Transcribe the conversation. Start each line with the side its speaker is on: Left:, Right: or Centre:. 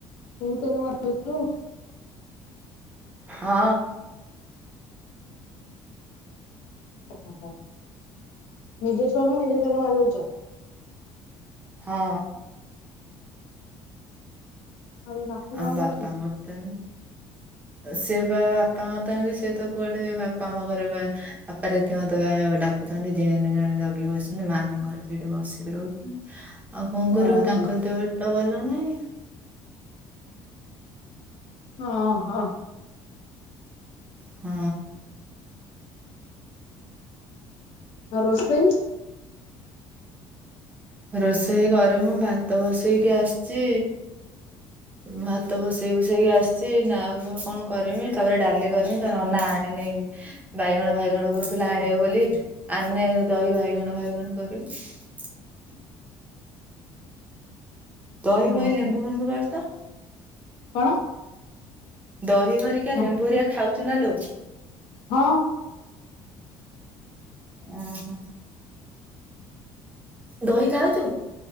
Left: ତୁ ତ ନୂଆ <unintelligible>
Right: ହଁ।
Left: ଓହୋ ନିଜ ଛୁଆକୁ ନିଜେ ତେଲ ମାରି ଦେଉଛ?
Right: ହଁ।
Left: ଆଉ ତୋ ଶାଶୁ କଣ
Right: ଆ ବାପାଙ୍କ
Left: କରୁଛି?
Right: <unintelligible> ସିଏ ବା ବାପାଙ୍କ ତ ଏମିତି ସିଏ ତ କୁଆଡେ ବାପା ଆମ ଘର ବାପା <unintelligible> ଡାକୁଛନ୍ତି ଯିଏ ହେଲେ ଜଣେ ଜଗିକି ବସିଛନ୍ତି ମା ତାଙ୍କର ସେଇଠି ବସିକି ରହୁଛନ୍ତି। ଆଉ କଣ କରିବୁ
Left: ଓହୋ
Right: ତାଙ୍କ ଦେହ ତ ଭଲ ନାଇଁ।
Left: ହ ହ
Right: ହଁ।
Left: ଆ ରୋଷେଇ?
Right: ରୋଷେଇ କରିବୁ ମୁଁ ଭାତ ବସେଇକି ଆସିଛି ଭାତ ଭସେଇ ବସେଇକି ଆସିଛି ଏନା କଣ କରମି ତାପରେ ଡାଲି କରିମି ତୋ ନନା ଆଣିଲେ ହେ ବାଇଗଣ ଫାଇଗଣ କହୁଥିଲା ଆଣିବ ବୋଲି ଆଣିଲେ ଦହି ବାଇଗଣ ବାଇଗଣ କରିବୁ। <inaudible> ଦହି ଫହି
Left: ଓହୋ।
Right: ଲେମ୍ବୁ ଫେମ୍ବୁ କରିଛିତ।
Left: କଣ?
Right: ଦହି ହରିକା
Left: ହଁ
Right: ଲେମ୍ବୁ ହରିଆ ଖାଉଛୁ ନା ଲୋ?
Left: ହଁ।
Right: ଓହୋ। ଦହି ଖାଉଛୁ?